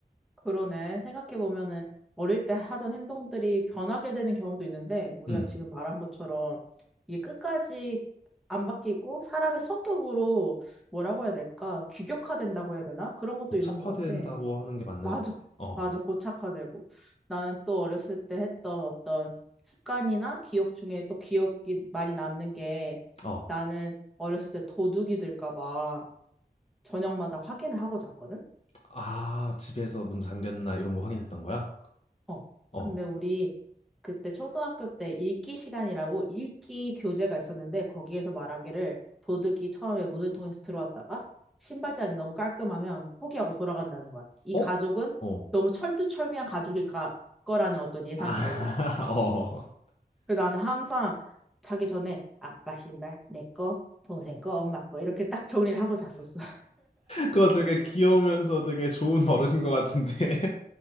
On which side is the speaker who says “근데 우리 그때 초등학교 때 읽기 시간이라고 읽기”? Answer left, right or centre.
Centre